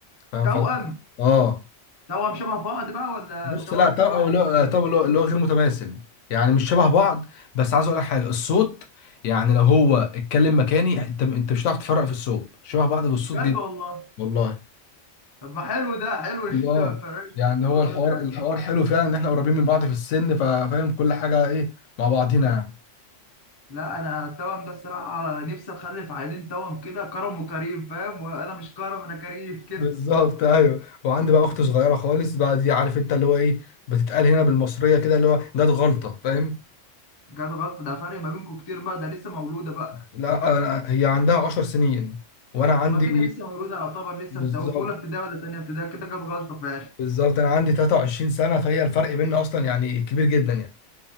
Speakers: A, on the left; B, on the left.
A: فاهم
B: توأم
A: ف... اه
B: توأم شبه بعض بقى ولا
A: بص
B: توأم
A: لا توأم
B: كل واحد
A: اللي هو توأم اللي هو اللي هو غير متماثل يعني مش شبه بعض بس عايز اقول لك حاجه الصوت يعني لو هو اتكلم مكاني انت انت مش هتعرف تفرق في الصوت شبه بعض في الصوت
B: بجد
A: جدا
B: والله
A: والله
B: طب ما حلو ده حلو إن انت
A: اه
B: ما تفرقش
A: يعني
B: الصوت
A: هو الحوار
B: ده, ده
A: الحوار حلو فعلا ان احنا قريبين من بعض في السن ففاهم كل حاجه ايه مع بعضينا يعني
B: لا انا التوأم ده الصراحه نفسي اخلف عيلين توأم كده كرم وكريم فاهم وانا مش كرم انا كريم كده
A: بالظبط ايوه وعندي بقى اخت صغيره خالص بقى دي عارف انت اللي هو ايه بتتقال هنا بالمصريه كده اللي هو جت غلطه فاهم
B: جت غلط ده فرق ما بينكم كتير بقى ده لسه مولوده بقى
A: لا أنا هي عندها 10 سنين وانا عندي
B: ما كده لسه مولوده يعتبر لسه
A: بالظبط
B: في تو- في اولى ابتدائي ولا تانية ابتدائي كده كانت غلطه فعلا
A: بالظبط انا عندي 23 سنه فهي الفرق بيننا اصلا يعني كبير جدا يعني